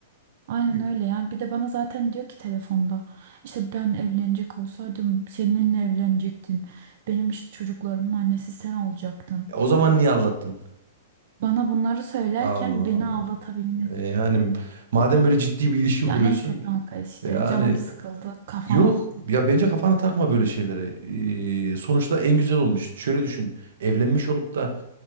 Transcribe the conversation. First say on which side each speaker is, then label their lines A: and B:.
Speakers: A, on the right; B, on the right.
A: Aynen
B: E,
A: öyle yani bir de bana zaten diyor ki telefonda işte ben evlenecek olsaydım seninle evlenecektim. Benim işte çocuklarımın annesi sen olacaktın.
B: O zaman niye aldattın?
A: Bana bunları söylerken
B: Allah
A: beni
B: Allah.
A: aldatabilmesi.
B: E, yani madem böyle ciddi bir ilişki
A: Ya
B: kuruyorsun.
A: neyse kanka işte
B: e, Yani
A: canım sıkıldı kafam
B: yok.
A: attı.
B: Ya bence kafana takma böyle şeylere. E, sonuçta en güzel olmuş. Şöyle düşün. Evlenmiş olup da